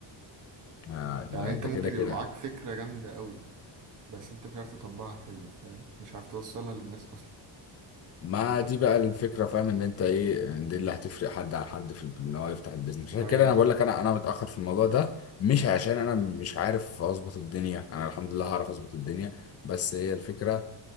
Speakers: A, on the left; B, on the right.
A: آه،
B: يعني انت
A: ده
B: ممكن
A: كده كده
B: يبقى معاك فكره جامده قوي بس انت مش عارف تطبقها حلو فاهم مش عارف توصلها للناس اصلا
A: ما دي بقى الفكره فاهم ان انت ايه إن دي اللي هتفرق حد عن حد في ان هو يفتح البيزنس عشان
B: ايوه
A: كده انا
B: بالظبط
A: بقول لك انا انا متاخر في الموضوع ده مش عشان انا مش عارف اظبط الدنيا انا الحمد لله هعرف اظبط الدنيا بس هي الفكره